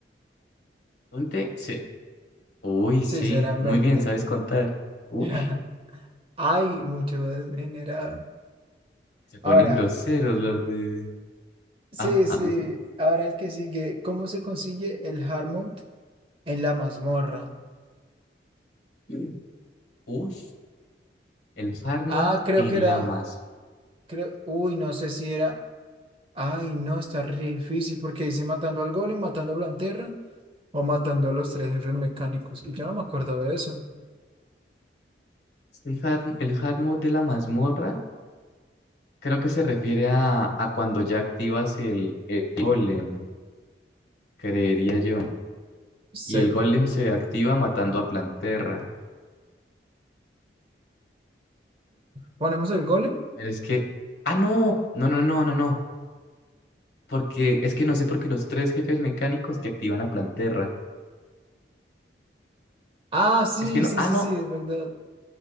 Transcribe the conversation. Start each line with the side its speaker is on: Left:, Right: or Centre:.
Left: veinte sí. Uy, sí,
Right: Sí, serán
Left: muy
Right: veinte
Left: bien, sabes contar. Uy,
Right: <laughs> Hay mucho degenerado.
Left: se ponen
Right: Ahora,
Left: groseros los de...
Right: sí,
Left: Ah,
Right: sí.
Left: ah, sí, sí.
Right: Ahora el que sigue. ¿Cómo se consigue el hard mode en la mazmorra?
Left: <clears throat> Uy, el hard
Right: Ah,
Left: mode
Right: creo
Left: en
Right: que era.
Left: la mazmorra.
Right: Creo, uy, no sé si era. Ay, no, está re difícil porque dice matando al golem, matando a Blanterra o matando a los tres jefes mecánicos. Y yo no me acuerdo de eso.
Left: El hard, el hard mode de la mazmorra Creo que se refiere a, a cuando ya activas el, el golem, creería yo.
Right: Seguro.
Left: Y el golem se activa matando a Planterra.
Right: ¿Ponemos el golem?
Left: Pero es que... ¡Ah, no! No, no, no, no, no. Porque es que no sé por qué los tres jefes mecánicos te activan a Planterra.
Right: Ah, sí,
Left: Es que no...
Right: sí,
Left: Ah,
Right: sí,
Left: no.
Right: sí, es verdad.